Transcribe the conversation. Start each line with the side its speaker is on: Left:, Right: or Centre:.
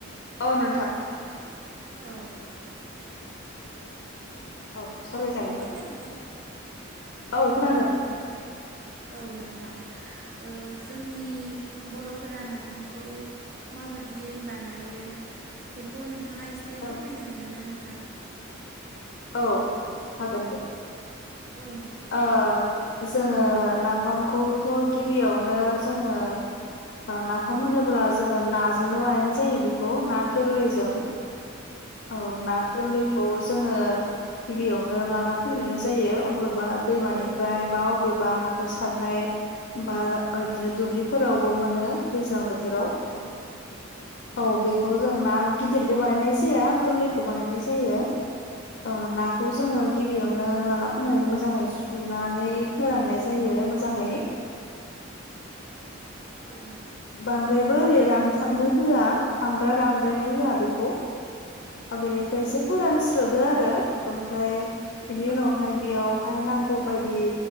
Left: औ नोंथां।
Right: औ
Left: औ सावरायजागोन
Right: खोनादोंना
Left: दे।
Right: नोंथां?
Left: औ खोनादों।
Right: औ नोंथां। ओ जोंनि बर'फोरा नाफामखौ मा बादियै बानायो बेखौ नोंथाङा एसे
Left: औ
Right: फोरमायनो हागोन ना नोंथां।
Left: औ हागोन दे।
Right: औ नोंथां
Left: ओ जोङो नाफामखौथ' गिबियावनो जोङो ओ नाफाम
Right: औ
Left: होनोब्ला जोङो नाजोंनो बानायनाय जायो। बिख खौ ना गोरलैजों।
Right: औ
Left: औ ना गोरलैखौ जोङो गिबियावनो लाना फैग्रोनाय जायो अबेबा दैमानिफ्राय।
Right: औ
Left: बा अबेबा हाखर सारनाय बा ओ दिनो दुब्लिफोरावबो मोनो। दैज्लां बोथोराव
Right: औ नोंथां।
Left: औ बेखौ जों ना गिदिरखौ बानायनाय जाया, गोरलैखौ बानायनाय जायो। ओ नाखौ जोङो गिबियावनो
Right: औ
Left: लाना नानै मोजाङै सुनानै फोराननाय जायो मोजाङै।
Right: औ नोंथां
Left: बांद्रायबो ओरै रानथाबनो होआ बांद्राय रानद्रायनो होआ बेखौ बेनिफ्राय एसे
Right: औ
Left: फोरानस्रोदो आरो ओमफ्राय बिनि
Right: औ
Left: उनावहाय बेयावहाय नांगौबायदि